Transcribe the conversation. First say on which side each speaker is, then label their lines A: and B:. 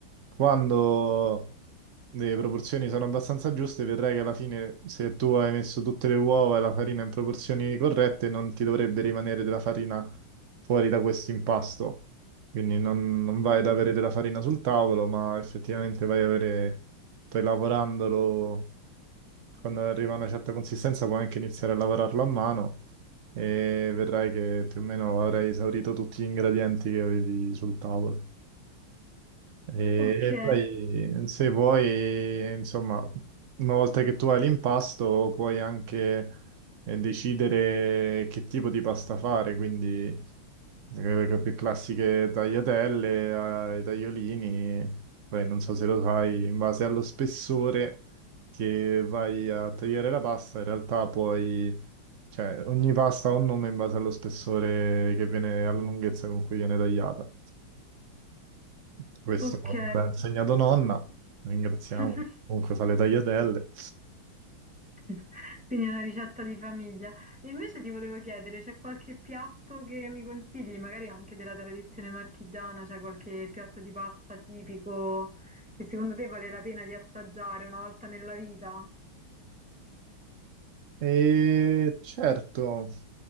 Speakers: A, on the right; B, in the centre.
A: Quando le proporzioni sono abbastanza giuste, vedrai che alla fine, se tu hai messo tutte le uova e la farina in proporzioni corrette, non ti dovrebbe rimanere della farina fuori da questo impasto. Quindi non, non vai
B: Ah,
A: ad avere della farina sul tavolo, ma effettivamente vai ad avere, poi lavorandolo, quando arriva a una certa consistenza puoi anche iniziare a lavorarlo a mano e vedrai che più o meno avrai esaurito tutti gli ingredienti che avevi sul tavolo. E
B: Ok,
A: e poi, se vuoi, insomma, una volta che tu hai l'impasto, puoi anche eh, decidere che tipo di pasta fare, quindi eh, le più classiche tagliatelle, ai tagliolini, poi non so se lo sai, in base allo spessore che vai a tagliare la pasta, in realtà puoi, cioè, ogni pasta ha un nome in base allo spessore che viene, alla lunghezza con cui viene tagliata. Questo
B: ok.
A: me l'ha insegnato nonna, ringraziamo.
B: <laughs>
A: Comunque fa le tagliatelle.
B: <laughs> Quindi è una ricetta di famiglia. E Invece ti volevo chiedere, c'è qualche piatto che mi consigli, magari anche della tradizione marchigiana, c'è qualche piatto di pasta tipico che secondo te vale la pena di assaggiare una volta nella vita?
A: E certo,